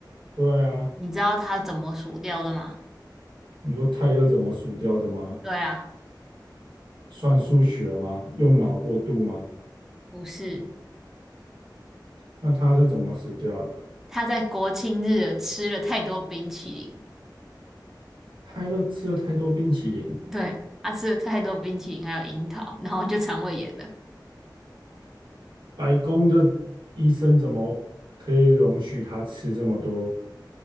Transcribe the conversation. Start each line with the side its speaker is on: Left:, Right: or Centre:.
Right: 对啊，
Centre: 你知道他怎么死掉的吗？
Right: 你说泰勒怎么数掉的吗？
Centre: 对啊，
Right: 算数学吗？用脑过度吗？
Centre: 不是，
Right: 那他是怎么死掉的？
Centre: 他在国庆日吃了太多冰淇淋，
Right: 他勒吃了太多冰淇淋，
Centre: 对，他吃了太多冰淇淋，还有樱桃，然后就肠胃炎了。
Right: 白宫的医生怎么可以容许他吃这么多？